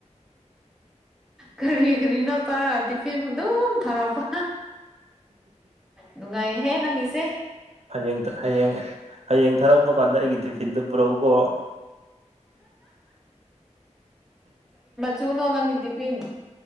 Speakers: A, in the centre; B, on the right.
A: ꯀꯔꯤ ꯀꯔꯤꯅꯣ ꯆꯥꯔ ꯇꯤꯐꯤꯟ ꯑꯗꯨꯝ ꯊꯔꯛꯄ꯫ ꯅꯨꯡꯉꯥꯏꯍꯦ ꯅꯪꯒꯤꯁꯦ
B: ꯍꯌꯦꯡ ꯍꯌꯦꯡ ꯍꯌꯦꯡ ꯊꯥꯔꯛꯄ ꯀꯥꯟꯗ ꯑꯩꯒꯤ ꯇꯤꯐꯤꯟꯗꯨ ꯭ꯄꯨꯔꯛꯎꯀꯣ
A: ꯇꯨꯅꯣ ꯅꯪꯒꯤ ꯇꯤꯐꯤꯟ꯫